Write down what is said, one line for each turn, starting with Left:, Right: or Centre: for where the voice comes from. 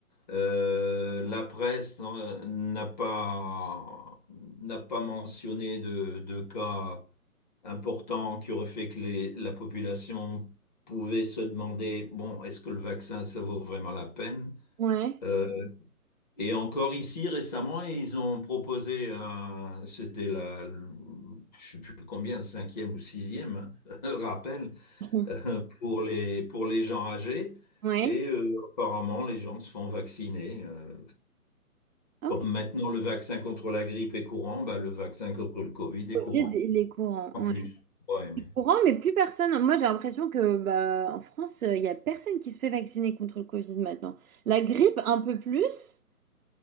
Left: Euh, la presse euh, n'a pas n'a pas mentionné de, de cas importants qui auraient fait que les- la population pouvait se demander, bon, est-ce que le vaccin, ça vaut vraiment la peine?
Right: Ouais.
Left: Euh, et encore ici, récemment, ils ont proposé, un- c'était la, je sais plus combien, cinquième ou sixième, hein, <laughs> rappel,
Right: <laughs> Mhm.
Left: euh, pour les, pour les gens âgés.
Right: Ouais.
Left: Et euh, apparemment, les gens se font vacciner. euh,
Right: Ok.
Left: comme maintenant le vaccin contre la grippe est courant, bah, le vaccin contre le Covid est
Right: Covid,
Left: courant.
Right: il est courant.
Left: Pas
Right: Ouais.
Left: plus. Ouais, mais-
Right: Il est Courant, mais plus personne. Moi, j'ai l'impression que bah, en France, euh, il y a personne qui se fait vacciner contre le Covid maintenant. La grippe, un peu plus.